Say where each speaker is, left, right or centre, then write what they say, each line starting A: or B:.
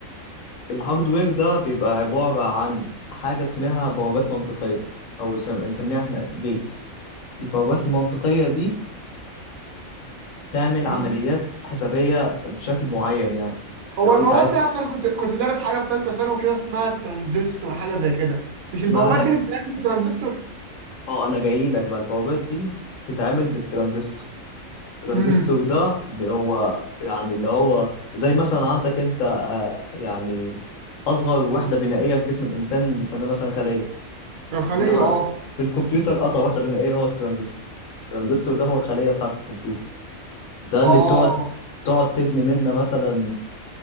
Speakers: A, on the left; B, on the right.
A: الهاردوير ده بيبقى عباره عن حاجه اسمها بوابات منطقيه او اسم- بنسميها احنا جيتس البوابات المنطقيه دي تعمل
B: امم
A: عمليات حسابيه بشكل معين يعني
B: هو
A: لو
B: البوابات
A: انت عايز
B: دي اصلا كنت كنت دارس حاجه في ثالثه ثانوي كده اسمها ترانزستور حاجه زي كده مش البوابات
A: مهنج
B: دي اللي بتعمل ترانزستور
A: اه انا جاي لك بقى البوابات دي تتعمل بالترانزستور الترانزستور
B: امم
A: ده هو يعني اللي هو زي مثلا عندك انت آه، يعني اصغر وحده بنائيه في جسم الانسان بنسميها مثلا خليه
B: داخليه
A: انما
B: اه
A: في الكمبيوتر اصغر وحده بنائيه هو الترانزستور الترانزستور ده هو الخليه بتاعه الكمبيوتر ده
B: اه
A: اللي بتقعد تقعد تبني منه مثلا